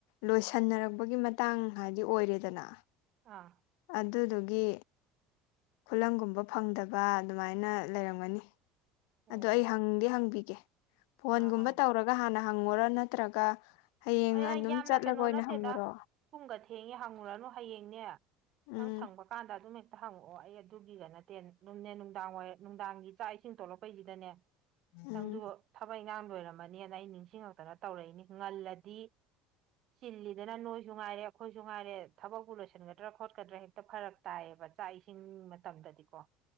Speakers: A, on the left; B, on the right.
A: ꯂꯣꯏꯁꯟꯅꯔꯛꯄꯒꯤ ꯃꯇꯥꯡ ꯍꯥꯏꯗꯤ ꯑꯣꯏꯔꯦꯗꯅ
B: ꯑꯥ
A: ꯑꯗꯨꯗꯨꯒꯤ ꯈꯨꯂꯪꯒꯨꯝꯕ ꯐꯪꯗꯕ ꯑꯗꯨꯃꯥꯏꯅ ꯂꯩꯔꯝꯒꯅꯤ
B: ꯑꯣ
A: ꯑꯗꯣ ꯑꯩ ꯍꯪꯗꯤ ꯍꯪꯕꯤꯒꯦ ꯐꯣꯟꯒꯨꯝꯕ
B: ꯑꯥ ꯑꯥ
A: ꯇꯧꯔꯒ ꯍꯥꯟꯅ ꯍꯪꯉꯨꯔꯣ ꯅꯠꯇ꯭ꯔꯒ ꯍꯌꯦꯡ
B: ꯑꯦ
A: ꯑꯗꯨꯝ
B: ꯌꯥꯝꯅ
A: ꯆꯠꯂꯒ
B: ꯀꯩꯅꯣ
A: ꯑꯣꯏꯅ
B: ꯅꯠꯇꯦꯗ
A: ꯍꯪꯉꯨꯔꯣ
B: ꯄꯨꯡꯒ ꯊꯦꯡꯉꯦ ꯍꯪꯉꯨꯔꯅꯨ ꯍꯌꯦꯡꯅꯦ ꯅꯪ
A: ꯎꯝ
B: ꯁꯪꯕ ꯀꯥꯟꯗ ꯑꯗꯨꯝ ꯍꯦꯛꯇ ꯍꯪꯉꯛꯑꯣ ꯑꯩ ꯑꯗꯨꯒꯤꯒ ꯅꯠꯇꯦ ꯑꯗꯨꯝꯅꯦ ꯅꯨꯡꯗꯥꯡ ꯋꯥꯏꯔ ꯅꯨꯡꯗꯥꯡꯒꯤ ꯆꯥꯛ ꯏꯁꯤꯡ ꯊꯣꯛꯣꯂꯛꯄꯩꯁꯤꯗꯅꯦ ꯆꯪꯖꯨ
A: ꯎꯝ
B: ꯊꯕꯛ ꯏꯈꯥꯡ ꯂꯣꯏꯔꯝꯃꯅꯤꯅ ꯑꯩ ꯅꯤꯡꯁꯤꯡꯉꯛꯇꯅ ꯇꯧꯔꯛꯏꯅꯤ ꯉꯜꯂꯗꯤ ꯆꯤꯜꯂꯤꯗꯅ ꯅꯣꯏꯁꯨ ꯉꯥꯏꯔꯦ ꯑꯩꯈꯣꯏꯁꯨ ꯉꯥꯏꯔꯦ ꯊꯕꯛꯄꯨ ꯂꯣꯏꯁꯤꯟꯒꯗ꯭ꯔꯥ ꯈꯣꯠꯀꯗ꯭ꯔꯥ ꯍꯦꯛꯇ ꯐꯔ ꯇꯥꯏꯌꯦꯕ ꯆꯥꯛ ꯏꯁꯤꯡ ꯃꯇꯝꯗꯗꯤꯀꯣ